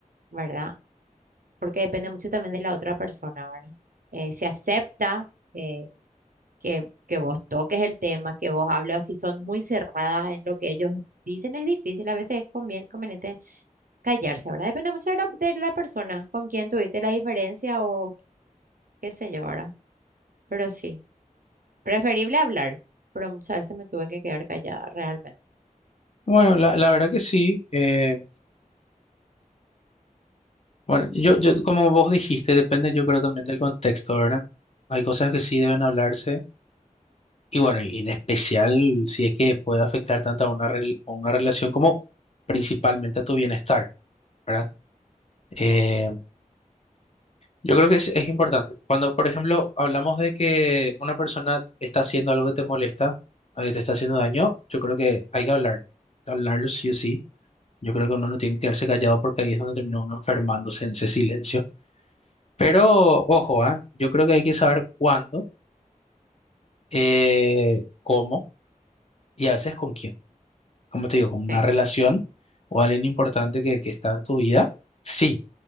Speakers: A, on the right; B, on the left.
A: ¿Verdad? porque depende mucho también de la otra persona, ¿verdad? Eh, si acepta eh, que, que vos toques el tema, que vos hables, o si son muy cerradas en lo que ellos dicen, es difícil, a veces es convien- conveniente callarse, ¿verdad? Depende mucho de la, de la persona con quien tuviste la diferencia o qué sé yo, ¿verdad? Pero sí, preferible hablar, pero muchas veces me tuve que quedar callada, realmente.
B: Bueno, la, la verdad que sí. eh, bueno, yo, yo, como vos dijiste, depende, yo creo también del contexto, ¿verdad? Hay cosas que sí deben hablarse. Y bueno, y en especial si es que puede afectar tanto a una, rel- a una relación como principalmente a tu bienestar, ¿verdad? Eh, yo creo que es, es importante. Cuando, por ejemplo, hablamos de que una persona está haciendo algo que te molesta, o que te está haciendo daño, yo creo que hay que hablar, hablarlo sí o sí. Yo creo que uno no tiene que quedarse callado porque ahí es donde termina uno enfermándose en ese silencio. Pero ojo, ¿ah? Yo creo que hay que saber cuándo, eh, cómo y a veces con quién. como te digo, como una
A: Sí,
B: relación o alguien importante que, que está en tu vida, sí,